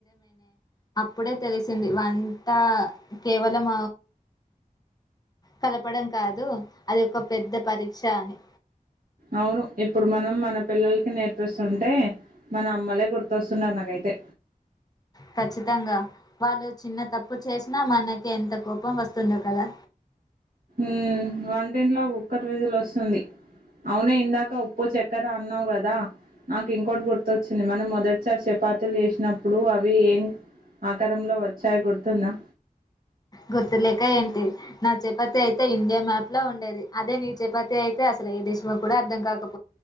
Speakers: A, on the left; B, on the right.
A: ఇప్పుడే తెలిసింది వంట కేవలం కలపడం కాదు అది ఒక పెద్ద పరీక్ష అని
B: అవును ఇప్పుడు మనం మన పిల్లలకి నేర్పిస్తుంటే మన అమ్మలే గుర్తొస్తున్నారు నాకైతే
A: ఖచ్చితంగా వాళ్ళు చిన్న తప్పు చేసినా మనకి ఎంత కోపం వస్తుందొ కదా
B: ఉ వంటింట్లో కుక్కర్ విజిల్ వస్తుంది అవునే ఇందాక ఉప్పు చక్కెర అన్నావు కదా నాకు ఇంకోటి గుర్తొచ్చింది మనం మొదటిసారి చపాతీలు చేసినప్పుడు అవి ఏం ఆకారంలో వచ్చాయి గుర్తుందా
A: గుర్తులేక ఏంటి నా చపాతి అయితే ఇండియా మ్యాప్ ల ఉండేది అదే నీ చపాతి అయితే అసలు ఏ దేశమో కూడా అర్థం కాకపో